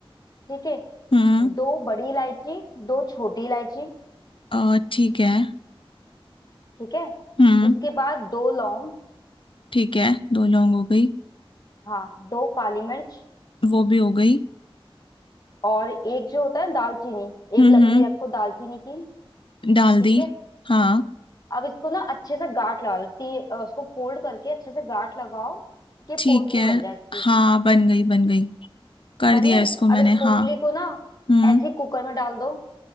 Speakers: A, on the left; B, on the left.
A: ठीक है
B: हम्म
A: दो बड़ी इलायची दो छोटी इलायची
B: अ, ठीक है
A: ठीक है
B: हम्म
A: उसके बाद दो लौंग
B: ठीक है दो लौंग हो गई
A: हाँ दो काली मिर्च
B: वो भी हो गई
A: और एक जो होता है ना दालचीनी
B: हम्म
A: एक लकड़ी
B: हम्म
A: रखो दालचीनी की
B: डाल
A: ठीक
B: दी
A: है
B: हाँ
A: अब इसको ना अच्छे से गांठ लगा लो ती- अ, उसको फोल्ड करके अच्छे से गांठ लगाओ कि पोटली
B: ठीक है
A: बन जाए इसकी
B: हाँ बन गई बन गई कर
A: बन
B: दिया
A: गई
B: इसको
A: अब
B: मैंने
A: इस पोटली
B: हाँ
A: को ना
B: हम्म
A: ऐसे ही कुकर में डाल दो